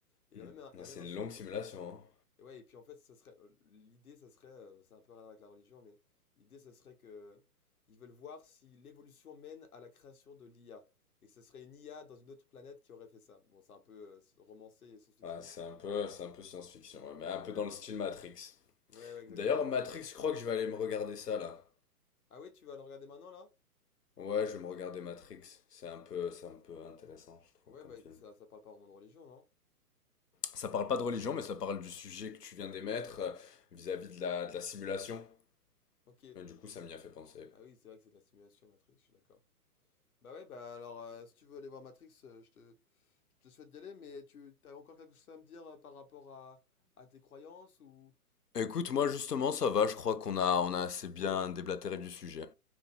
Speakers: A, on the left (about 70°); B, on the left (about 85°).
A: Et
B: Hmm.
A: Il y a même un, il
B: Ouais,
A: y a
B: c'est
A: même un,
B: une longue simulation. hein.
A: Et ouais, et puis en fait, ça serait euh, l'idée, ça serait, euh, c'est un peu rien à voir avec la religion, mais l'idée, ça serait que ils veulent voir si l'évolution mène à la création de l'IA, et que ce serait une IA dans une autre planète qui aurait fait ça. Bon, c'est un peu euh, romancé et science-fiction,
B: Ouais, c'est un peu, c'est un peu science-fiction, ouais, mais un
A: mais
B: peu
A: ouais,
B: dans le style Matrix.
A: ouais, ouais, exactement.
B: D'ailleurs, Matrix, je crois que je vais aller me regarder ça là.
A: Ah ouais, tu vas le regarder maintenant là?
B: Ouais, je vais me regarder Matrix. C'est un peu, c'est un peu intéressant, je trouve,
A: Ouais,
B: comme
A: bah
B: film.
A: ça, ça parle pas vraiment de religion, non?
B: Ça parle pas de religion, mais ça parle du sujet que tu viens d'émettre euh, vis-à-vis de la, de la simulation.
A: Ok.
B: Et du coup, ça m'y a fait penser.
A: Ah oui, c'est vrai que c'est de la simulation Matrix, je suis d'accord. Bah ouais, bah alors, euh, si tu veux aller voir Matrix, euh, je te, je te souhaite d'y aller, mais tu as encore quelque chose à me dire euh, par rapport à, à tes croyances ou
B: Écoute, moi justement, ça va. Je crois qu'on a, on a assez bien
A: Ouais,
B: déblatéré du sujet.